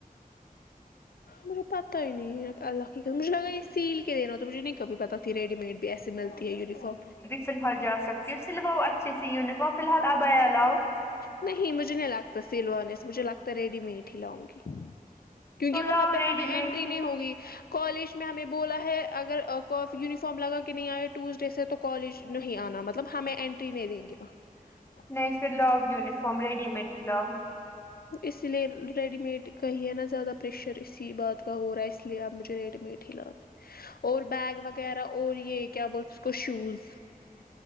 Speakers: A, on the left (about 15°); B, on the left (about 85°).
A: <inaudible>
B: مجھے پتا ہی نہیں ہے اللہ کی مجھے لگا یہ سیل کے دینا تو مجھے نہیں کبھی پتا تھی ریڈی میڈ پے ایسے ملتی ہے یونیفارم
A: فلحال جا سکتی ہو سلواؤ اچھے سے یونیفارم فلحال ابایا لاؤ
B: نہیں مجھے نہیں لگتا سلوانے سے مجھے لگتا ریڈی میڈ ہی لاؤں گی کیونکہ
A: تو لاؤ
B: وہاں پہ
A: ریڈی
B: ہمیں اینٹری
A: میڈ
B: نہیں
A: ہی
B: ہوگی کالج میں ہمیں بولا ہے اگر کو فی یونیفارم لگا کے نہیں آئے ٹیوزڈاے سے تو کالج نہی آنا مطلب ہمیں انٹری نہی دینگے وہاں
A: نہیں پھر لاؤ یونیفارم ریڈی میڈ ہی لاؤ
B: اسی لیے ریڈی میڈ کا ہی ہے نا زیادہ پریشر اسی بات کا ہو رہا ہے اس لیے اب مجھے ریڈی میڈ لاو اور بیگ وغیرہ اور یہ کیا بول اس کو شوز